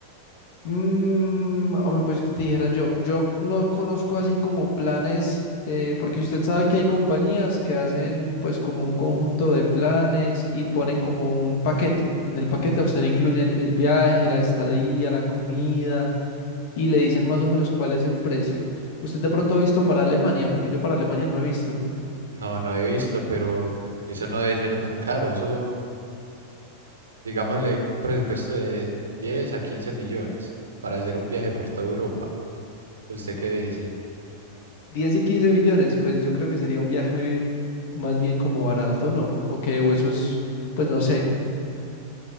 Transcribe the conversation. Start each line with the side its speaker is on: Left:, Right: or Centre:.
Left: Mmm, hombre, pues que te dijera yo, yo no conozco así como planes, eh, porque usted sabe que hay compañías que hacen pues como un conjunto de planes y ponen como un paquete. En el paquete a usted le incluyen el viaje, la estadía, la comida. y le dicen más o menos cuál es el precio. Usted de pronto ha visto para Alemania, porque yo para Alemania no he visto.
Right: No, no he visto, pero eso no debe ser tan caro. Eso, digámosle, un presupuesto de 10 a 15 millones para hacer un viaje por toda Europa. ¿Usted qué dice?
Left: diez y quince millones, pues yo creo que sería un viaje muy- más bien como barato, ¿no? O que, o eso es, pues no sé.